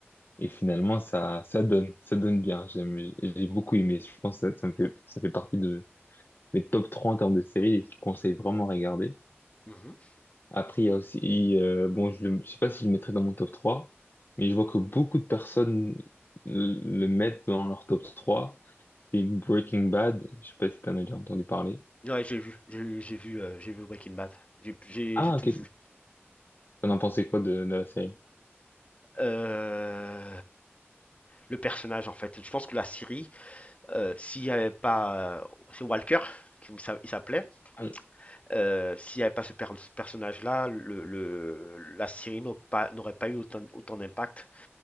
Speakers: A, on the left; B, on the left.
A: Et finalement, ça, ça donne, ça donne bien. J'aime, j'ai beaucoup aimé. Je pense que ça, ça me fait, ça fait partie de mes top trois en termes de séries. et Je conseille vraiment à regarder.
B: Mhm.
A: Après, il y a aussi, euh, bon, je, le- je sais pas si je le mettrais dans mon top trois mais je vois que beaucoup de personnes le le mettent dans leur top trois C'est Breaking Bad. Je sais pas si t'en as déjà entendu parler.
B: Ouais, j'ai vu, j'ai j'ai vu, euh, j'ai vu Breaking Bad, j'ai j'ai-
A: Ah,
B: j'ai tout
A: ok.
B: vu.
A: T'en as pensé quoi de, de la série?
B: Euh, le personnage, en fait, je pense que la série, euh, s'il n'y avait pas, euh, c'est Walker, qui me il s'appelait,
A: Ah, Oui,
B: euh, s'il n'y avait pas ce per- ce personnage-là, le, le- la série n'aurait pas, n'aurait pas eu autant, autant d'impact.